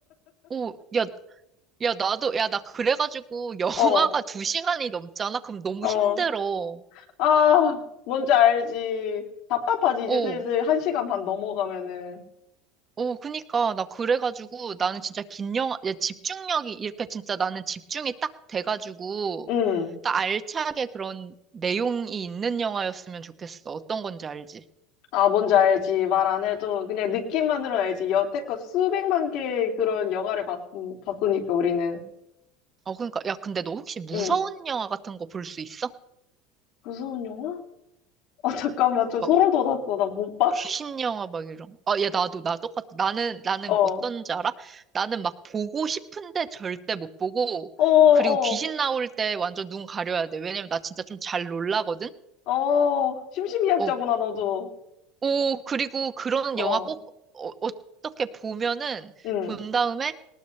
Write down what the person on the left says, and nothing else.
어
어.
아 뭔지 알지. 답답하지 이제
슬슬 한 시간 반 넘어가면은.
음.
아 뭔지 알지. 말 안 해도 그냥 느낌만으로 알지. 여태껏 수백만 개의 그런 영화를 봤, 봤으니까 우리는.
음.
무서운 영화? 아, 잠깐만, 좀
소름 돋았어. 나 못 봐.
<laughs> 어,
어, 어,
어, 심심이약자구나,
너도.
어,
응.